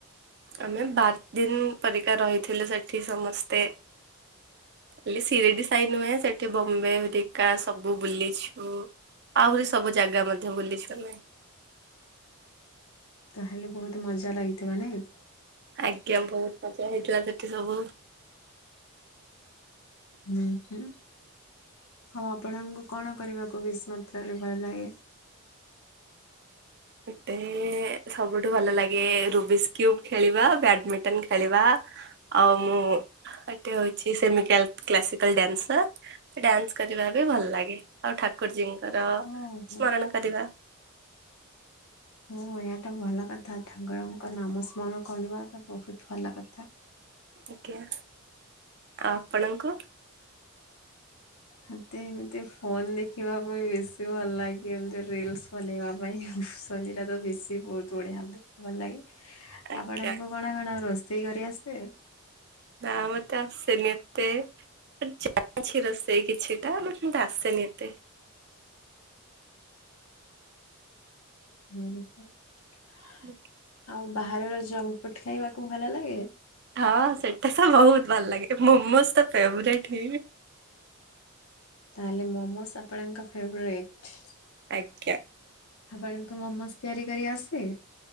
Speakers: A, on the right; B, on the left.
A: ଆମେ ବାର ଦିନ ପରିକା ରହିଥିଲୁ ସେଠି ସମସ୍ତେ। ଲି ସିରିଡି ସାଇ ନୁହେଁ ସେଠି ବମ୍ବେ ହେରିକା ସବୁ ବୁଲିଛୁ ଆହୁରି ସବୁ ଜାଗା ମଧ୍ୟ ବୁଲିଛୁ ଆମେ।
B: ତାହେଲେ ବହୁତ ମଜା ଲାଗିଥିବ ନାଇ?
A: ଆଜ୍ଞା ବହୁତ ମଜା ହେଇଥିଲା ସେଠି ସବୁ
B: ହୁଁ ହୁଁ। ହଁ ଆପଣଙ୍କୁ କଣ କରିବାକୁ ବେଶି ମାତ୍ରାରେ ଭଲ ଲାଗେ।
A: ମୋତେ ସବୁଠୁ ଭଲ ଲାଗେ ରୁବିସ୍କ୍ୟୁବ ଖେଳିବା ବ୍ୟାଡମିଣ୍ଟନ ଖେଳିବା। ଆଉ ମୁଁ ଏଠି ହଉଚି ସେମିକାଲ କ୍ଲାସିକାଲ୍ ଡ୍ୟାନ୍ସର। ଡ୍ୟାନ୍ସ କରିବା ବି ଭଲ ଲାଗେ ଆଉ ଠାକୁରଜୀଙ୍କର
B: ଓହୋ
A: ସ୍ମରଣ କରିବା।
B: ହଁ ଏହା ତ ଭଲ କଥା ଠାକୁରଙ୍କ ନାମ ସ୍ମରଣ କରିବା ତ ବହୁତ ଭଲ କଥା।
A: ଆଜ୍ଞା ଆଉ ଆପଣଙ୍କୁ?
B: ମତେ ଏମିତି ଫୋନ ଦେ ଦେଖିବା ପାଇଁ ବେଶୀ ଭଲ ଲାଗେ ଏମତି ରିଲସ ବନେଇବା ପାଇଁ ସରି ଏଟା ତ ବେଶୀ ବହୁତ ବଢିଆ ଭଲ ଲାଗେ
A: ଆଜ୍ଞା
B: ଆପଣଙ୍କୁ କଣ କଣ ରୋଷେଇ କରି ଆସେ?
A: ନାଁ ମତେ ଆସେନି ଏତେ। ଜାଣିଛି ରୋଷେଇ କିଛିଟା ବଟ୍ ମୋତେ ଆସେନି ଏତେ।
B: ହୁଁ <unintelligible>
A: <unintelligible>
B: ଆଉ ବାହାରର ଜଙ୍କ ଫୁଡ ଖାଇବାକୁ ଭଲ ଲାଗେ?
A: ହଁ ସେଇଟା ତ ବହୁତ ଭଲ ଲାଗେ ମମୋସ୍ ତ ଫେବରେଟ୍ ହିଁ।
B: ତାହେଲେ ମୋମୋସ୍ ଆପଣଙ୍କ ଫେବରାଇଟ୍?
A: ଆଜ୍ଞା।
B: ଆପଣଙ୍କୁ ମୋମୋଜ ତିଆରି କରି ଆସେ?